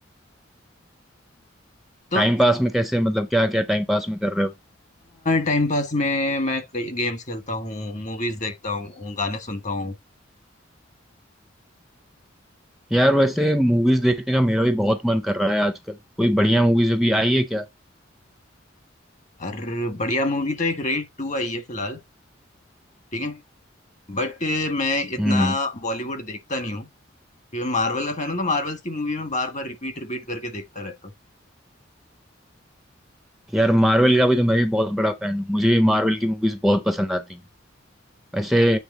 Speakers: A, on the left (about 40°); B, in the centre.
A: तो
B: टाइम पास में कैसे मतलब क्या क्या टाइम पास में कर रहे हो
A: टाइम पास में मैं कई गेम्स खेलता हूँ मूवीज देखता हूँ गाने सुनता हूँ
B: यार वैसे मूवीज देखने का मेरा भी बहुत मन कर रहा है आजकल कोई बढ़िया मूवीज अभी आई है क्या
A: और बढ़िया मूवी तो एक रेड टू आई है फिलहाल ठीक है बट मैं इतना
B: हम्म हम्म।
A: बॉलीवुड देखता नहीं हूँ क्योंकि मैं मार्वल का फैन हूँ तो मार्वल्स की मूवी में बार बार रिपीट रिपीट करके देखता रहता
B: यार मार्वल का भी तो मैं भी बहुत बड़ा फैन हूँ मुझे भी मार्वल की मूवीज बहुत पसंद आती हैं वैसे